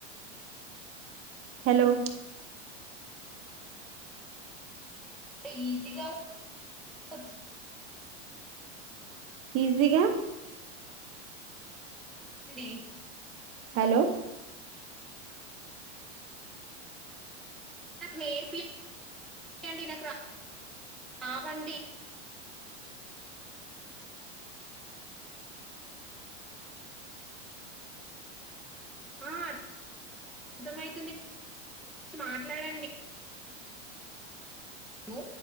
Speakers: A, on the right (about 35°); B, in the centre.
A: హలో
B: <inaudible> ఈజీగా వచ్చు
A: ఈజీగా
B: అండి
A: హలో
B: నాకు నేర్పియండి నాకు రా రావండి
A: అంది
B: ఆ అర్థమైతుంది మాట్లాడండి ము